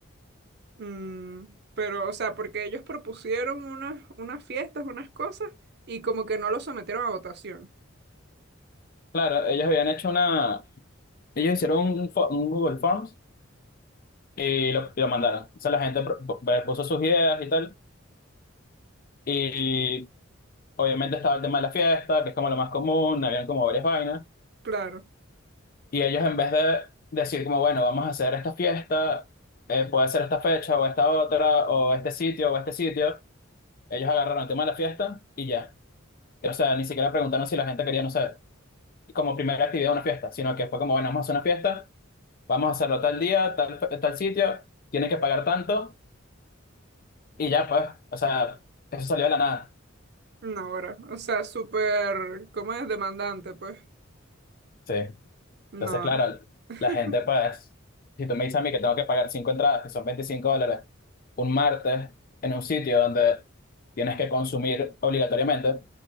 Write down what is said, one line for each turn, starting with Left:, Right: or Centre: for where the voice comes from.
Right: Mm, pero, o sea, porque ellos propusieron unas, unas fiestas, unas cosas, y como que no lo sometieron a votación.
Left: Claro, ellos habían hecho una, ellos hicieron un, fo- un Google Forms y lo, y lo mandaron. O sea, la gente pro- puso sus ideas y tal. Y Obviamente estaba el tema de la fiesta, que es como lo más común, habían como varias vainas.
Right: Claro,
Left: Y ellos en vez de decir como, bueno, vamos a hacer esta fiesta, eh, puede ser esta fecha o esta otra, o este sitio o este sitio, ellos agarraron el tema de la fiesta y ya. O sea, ni siquiera preguntaron si la gente quería, no sé, como primera actividad una fiesta, sino que fue como, bueno, vamos a hacer una fiesta, vamos a hacerlo tal día, tal, fe- tal sitio, tienen que pagar tanto y ya pues, o sea, eso salió de la nada.
Right: no, ahora. O sea, súper, ¿cómo es? Demandante, pues.
Left: Sí. Entonces,
Right: No,
Left: claro,
Right: <laughs>
Left: la gente, pues, si tú me dices a mí que tengo que pagar cinco entradas, que son 25 dólares, un martes en un sitio donde tienes que consumir obligatoriamente,